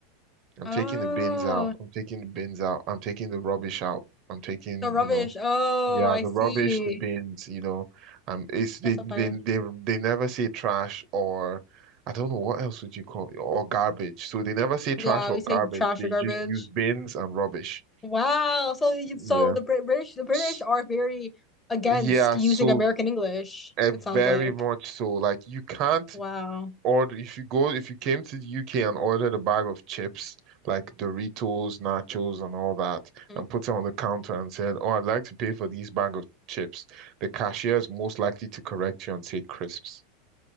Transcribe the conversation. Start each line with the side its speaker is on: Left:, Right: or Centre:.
Right: I'm
Left: Oh,
Right: taking the bins out. I'm taking the bins out. I'm taking the rubbish out. I'm taking,
Left: the rubbish.
Right: you know,
Left: Oh,
Right: yeah,
Left: I
Right: the
Left: see.
Right: rubbish, the bins, you know. Um, it's they
Left: That's so
Right: they
Left: funny.
Right: they they never say trash or I don't know what else would you call it, or garbage. So they never say trash
Left: Yeah,
Right: or
Left: we say
Right: garbage.
Left: trash
Right: They
Left: or garbage.
Right: just use bins and rubbish.
Left: Wow. So you,
Right: Yeah.
Left: so the Brit British the British
Right: S-
Left: are very against
Right: Yeah,
Left: using
Right: so
Left: American English,
Right: Uh,
Left: it sounds
Right: very
Left: like.
Right: much so. Like you can't
Left: Wow.
Right: order if you go if you came to the UK and ordered a bag of chips like Doritos, nachos, and all that,
Left: Mhm.
Right: and put it on the counter and said, "Oh, I'd like to pay for these bag of chips." The cashier is most likely to correct you and say crisps.